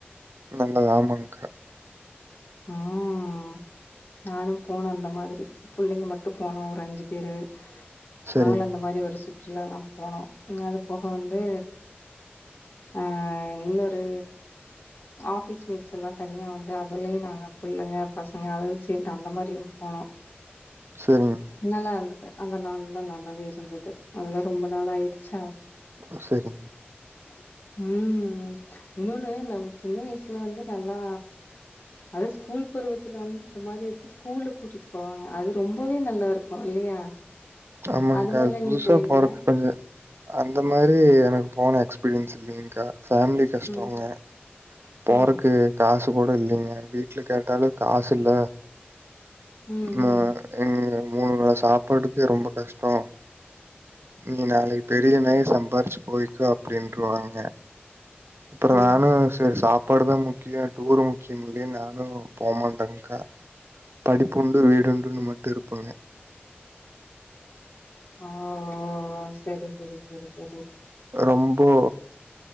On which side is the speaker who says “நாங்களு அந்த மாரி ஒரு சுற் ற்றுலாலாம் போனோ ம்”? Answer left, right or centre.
Left